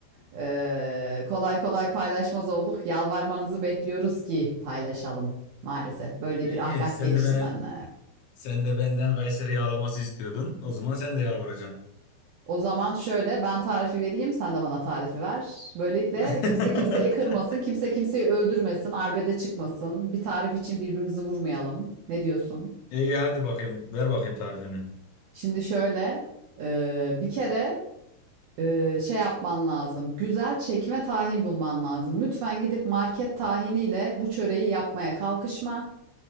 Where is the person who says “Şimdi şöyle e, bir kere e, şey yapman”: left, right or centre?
Right